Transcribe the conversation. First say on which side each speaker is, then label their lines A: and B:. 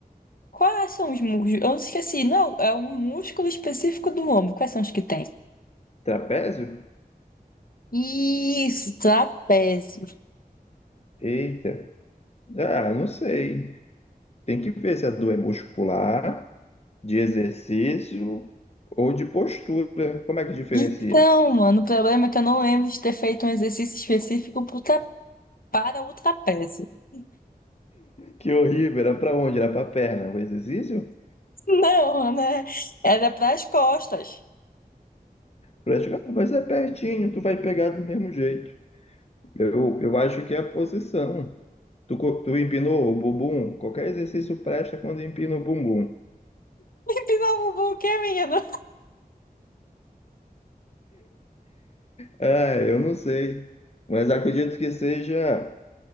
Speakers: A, on the left (about 65°); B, on the left (about 40°).
A: Quais são os músculos? Eu esqueci, não, é um músculo específico do ombro. Quais são os que tem?
B: Trapézio?
A: Isso, trapézio.
B: Eita. Ah, não sei. Tem que ver se a dor é muscular, de exercício ou de postura. Como é que diferencia?
A: Então, mano, o problema é que eu não lembro de ter feito um exercício específico pro tra- para o trapézio. <laughs>
B: Que horrível. Era pra onde? Era pra perna. O exercício?
A: Não, né? Era para as costas.
B: Praticar, mas é pertinho, tu vai pegar do mesmo jeito. Eu, eu acho que é a posição. Tu, co- tu empinou o bumbum? Qualquer exercício presta quando empina o bumbum.
A: <laughs> Me pinava o buquê, menino.
B: É, eu não sei, mas acredito que seja